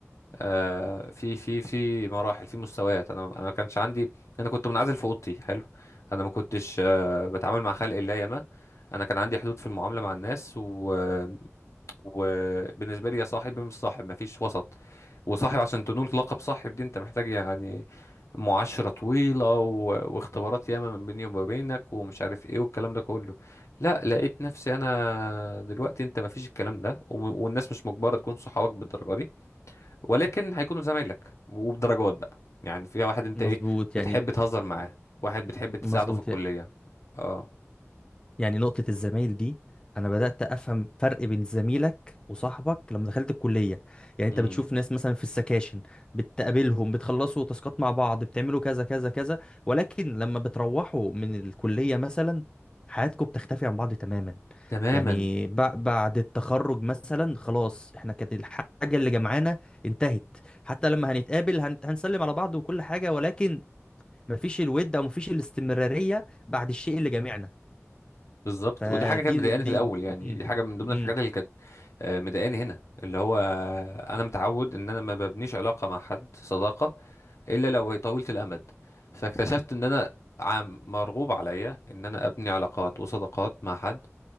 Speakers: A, on the left (about 70°); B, on the left (about 20°).
A: آه في في في مراحل في مستويات انا انا ما كانش عندي انا كنت منعزل في اوضتي حلو انا ما كنتش آه بتعامل مع خلق الله ياما انا كان عندي حدود في المعامله مع الناس و وبالنسبه لي يا صاحب يا مش صاحب مفيش وسط وصاحب عشان تنول لقب صاحب دي انت محتاج يعني معاشرة طويلة و... واختبارات ياما من بيني وما بينك ومش عارف ايه والكلام ده كله لا لقيت نفسي انا دلوقتي انت مفيش الكلام ده و... والناس مش مجبرة تكون صحابك بالدرجة دي ولكن هيكونوا زمايلك وبدرجات بقى يعني فيها واحد انت
B: مظبوط
A: ايه
B: يعني
A: بتحب تهزر معاه واحد بتحب تساعده
B: مظبوط
A: في الكلية اه
B: يعني نقطة الزمايل دي أنا بدأت أفهم فرق بين زميلك وصاحبك لما دخلت الكلية يعني
A: امم
B: أنت بتشوف ناس مثلا في السكاشن بتقابلهم بتخلصوا تاسكات مع بعض بتعملوا كذا كذا كذا ولكن لما بتروحوا من الكلية مثلا حياتكم بتختفي عن بعض تماما
A: تماما
B: يعني بع- بعد التخرج مثلا خلاص احنا كانت الحاجة اللي جمعانا انتهت حتى لما هنتقابل هن- هنسلم على بعض وكل حاجة ولكن مفيش الود أو مفيش الاستمرارية بعد الشيء اللي جمعنا
A: بالظبط
B: فدي
A: ودي حاجه كانت مضايقاني
B: دي
A: في الاول يعني
B: مم.
A: دي حاجه من ضمن
B: مم.
A: الحاجات اللي كانت آه، مضايقاني هنا اللي هو آه، انا متعود ان انا ما ببنيش علاقه مع حد صداقه الا لو هي طويله الامد فاكتشفت ان انا عم مرغوب عليا ان انا ابني علاقات وصداقات مع حد